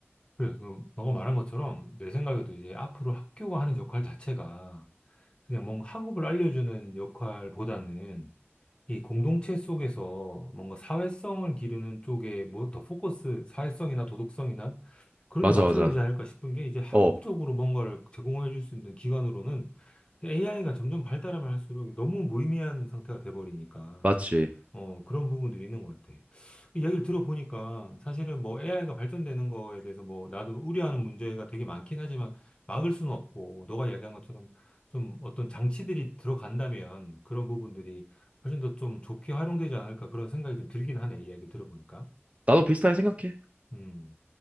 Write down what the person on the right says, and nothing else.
맞아,
맞아.
어,
맞지.
나도 비슷하게 생각해.